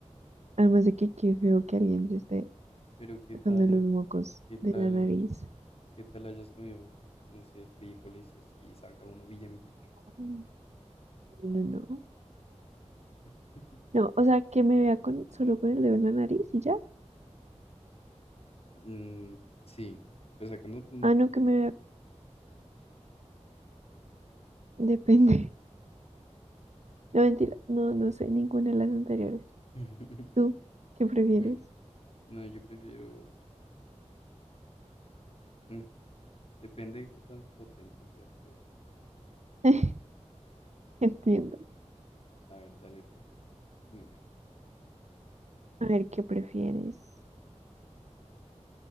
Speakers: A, on the right; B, on the left.
A: Además de que qué feo que alguien se esté
B: Pero qué
A: sacando
B: tal,
A: los mocos
B: qué tal,
A: de la nariz.
B: qué tal hayas comido, no sé, frijoles y así salga uno bien picho.
A: No, no, no. No,
B: <laughs>
A: No, o sea, que me vea con solo con el dedo en la nariz y ya.
B: Mm, sí, pues sacándote un
A: Ah,
B: moco.
A: no, que me vea. Depende. <laughs> No, mentira. No, no sé ninguna de las anteriores.
B: <laughs>
A: ¿Tú qué prefieres?
B: Bueno, no, yo prefiero. mm, depende de qué tan potente sea el peo.
A: <laughs> Entiendo.
B: A ver, dale tú, dime.
A: A ver, ¿qué prefieres?